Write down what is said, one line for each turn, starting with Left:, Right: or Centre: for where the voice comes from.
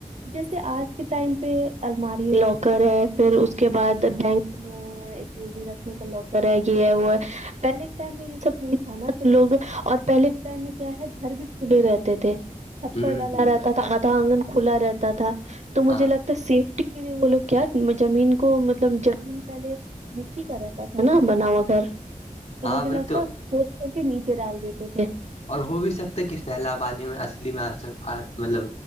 Right: جیسے آج کے ٹائم پہ الماری لاکر ہے پھر اس کے بعد بینک میں دور بھی رکھنے کا لوکر ہے یہ ہے وہ ہے پہلے ٹائم میں یہ سب نہیں تھا نا تو لوگ اور پہلے کے ٹائم میں کیا ہے گھر بھی کھلے رہتے تھے چھپر
Left: ہوں
Right: ڈالا
Left: ہوں
Right: رہتا تھا آدھا آنگن کھلا رہتا تھا تو مجھے
Left: ہاں
Right: لگتا تو سیفٹی کے لیے وہ لوگ کیا زمین کو مطلب زمین پہلے مٹی کا رہتا تھا نا بناؤ و گھر تو
Left: ہاں
Right: مجھے
Left: بھائی
Right: لگتا ہے پھس کر کے نیچے ڈال دیتے تھے
Left: اور ہو بھی سکتا ہے کہ سیلاب آانی میں اصلی میں آک مطلب